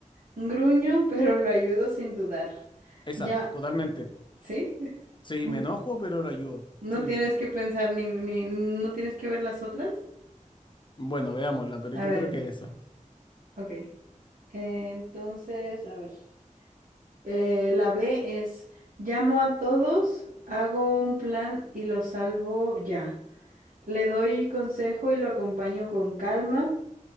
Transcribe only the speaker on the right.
Gruño, pero lo ayudo sin dudar.
Ya,
¿sí?
N-
No
tienes que pensar ni, ni, no tienes que ver las otras.
A
ver,
ok. Entonces, a ver. Eh, la B es, llamo a todos, hago un plan y lo salvo ya. Le doy consejo y lo acompaño con calma.